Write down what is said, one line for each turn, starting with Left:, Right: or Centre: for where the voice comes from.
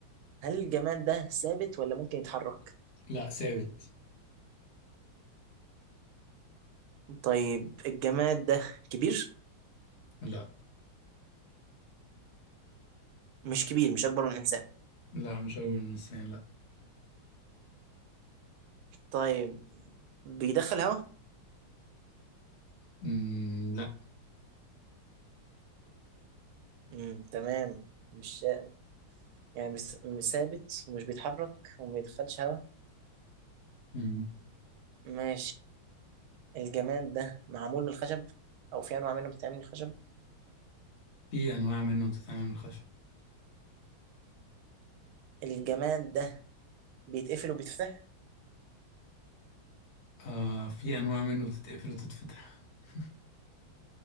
Right: هل الجماد ده ثابت ولا ممكن يتحرك
Left: لا ثابت
Right: طيب الجماد ده كبير
Left: لا
Right: مش كبير مش اكبر من الانسان
Left: لا مش أكبر من السنة لا
Right: طيب بيدخل هواء
Left: مم، لا
Right: امم تمام مش يعني بس- مش ثابت ومش بيتحرك وما بيدخلش هواء
Left: مم.
Right: ماشي الجماد ده معمول من الخشب او في انواع منه بتتعمل من الخشب
Left: في أنواع منه بتتعمل من الخشب
Right: الجماد ده بيتقفل وبيتفتح
Left: آه في أنواع منه بتتقفل وتتفتح <laughs>